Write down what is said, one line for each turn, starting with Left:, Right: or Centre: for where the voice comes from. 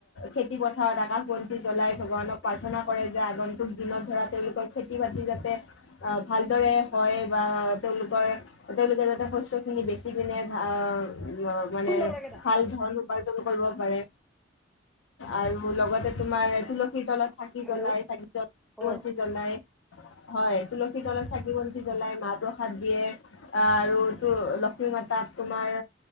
Left: খেতি পথাৰত আকাশ বন্তি জ্বলাই ভগৱানক প্ৰাৰ্থনা কৰে যে, আগন্তুক দিনত ধৰা তেওঁলোকৰ খেতি বাতি যাতে অ, ভালদৰে হয় বা তেওঁলোকৰ তেওঁলোকে যাতে শস্যখিনি বেচি পিনে ভা মানে
Centre: শুন নাম্বাৰ কেইটা।
Left: ভাল ধন উপাৰ্জনো কৰিব পাৰে আৰু লগতে তোমাৰ এইটো তুলসীৰ তলত চাকি
Centre: হেল্ল'
Left: জ্বলাই। চাকি জ্ব
Centre: অ
Left: বন্তি জ্বলাই। হয়, তুলসীৰ তলত চাকি বন্তি জ্বলাই মাহ প্ৰসাদ দিয়ে। আৰু তোৰ লক্ষ্মী মাতাক তোমাৰ